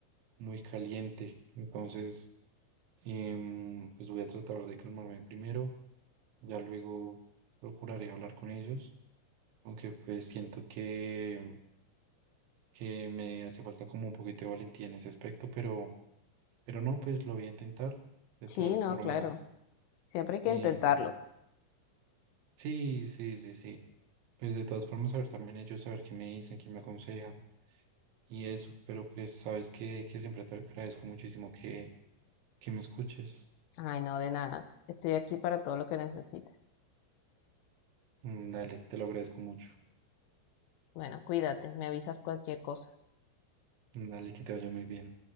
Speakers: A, on the right; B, on the left.
A: muy caliente. Entonces, em, pues voy a tratar de calmarme primero, ya luego procuraré hablar con ellos, aunque pues siento que que me hace falta como un poquito de valentía en ese aspecto, pero, pero no, pues lo voy a intentar. De
B: sí,
A: todas
B: no,
A: formas,
B: claro, siempre hay
A: em,
B: que intentarlo.
A: sí, sí, sí, sí. Pues de todas formas, saber también ellos, saber qué me dicen, qué me aconsejan y eso, pero pues sabes que, que siempre te agradezco muchísimo que, que me escuches.
B: Ay, no, de nada, estoy aquí para todo lo que necesites.
A: Mm, Dale, te lo agradezco mucho.
B: Bueno, cuídate, me avisas cualquier cosa.
A: Dale, que te vaya muy bien.